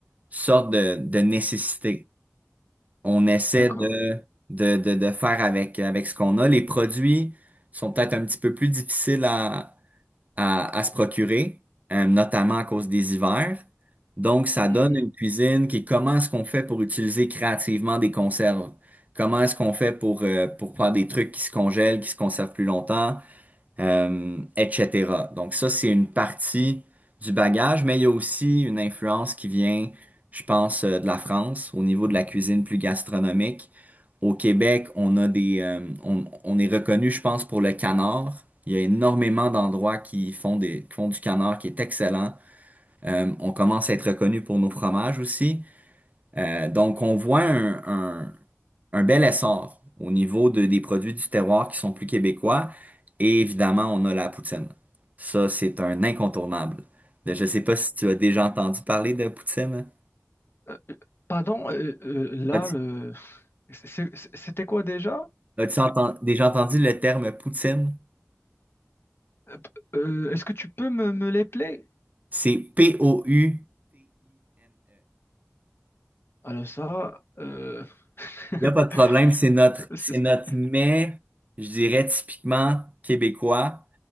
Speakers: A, on the right; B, on the left.
A: sorte de, de nécessité. On essaie
B: d'accord.
A: de, de, de, de faire avec, avec ce qu'on a. Les produits sont peut-être un petit peu plus difficiles à, à, à se procurer, euh, notamment à cause des hivers. Donc, ça
B: Mhm.
A: donne une cuisine qui est comment est-ce qu'on fait pour utiliser créativement des conserves? Comment est-ce qu'on fait pour, euh, pour faire des trucs qui se congèlent, qui se conservent plus longtemps? euh, etc. Donc ça, c'est une partie du bagage, mais il y a aussi une influence qui vient, je pense, euh, de la France au niveau de la cuisine plus gastronomique. Au Québec, on a des, euh, on, on est reconnu, je pense, pour le canard. Il y a énormément d'endroits qui font des, qui font du canard qui est excellent. Euh, on commence à être reconnu pour nos fromages aussi. Euh, donc, on voit un, un- un bel essor au niveau de- des produits du terroir qui sont plus québécois. Et évidemment, on a la poutine. Ça, c'est un incontournable. Je ne sais pas si tu as déjà entendu parler de poutine.
B: Euh, euh, pardon, euh, euh, là,
A: As-tu
B: le... c'est- c'est- c'était quoi déjà?
A: as-tu enten- déjà entendu le terme poutine?
B: Euh, euh, est-ce que tu peux me, me les play?
A: C'est P-O-U-T-I-N-E.
B: Alors ça, euh... <laughs>
A: Il n'y a pas de problème, c'est notre,
B: c'est-
A: c'est notre mets, je dirais, typiquement québécois.